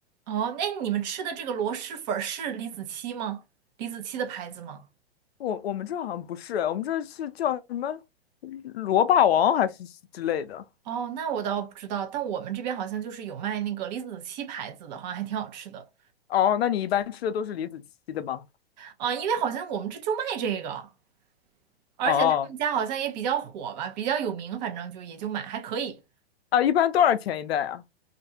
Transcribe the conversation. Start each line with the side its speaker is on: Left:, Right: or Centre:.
Right: 哦，那你们吃的这个螺蛳粉儿是李子柒吗？李子柒的牌子吗？
Left: 我我们这好像不是，我们这是叫什么螺霸王还是之类的。
Right: 哦，那我倒不知道，但我们这边好像就是有卖那个李子柒牌子的，好像还挺好吃的。
Left: 哦，那你一般吃的都是李子柒的吗？
Right: 啊、因为好像我们这就卖这个，而且他们家好像也比较火吧，
Left: 哦，
Right: 比较有名，反正就也就买还可以。
Left: 啊，一般多少钱一袋啊？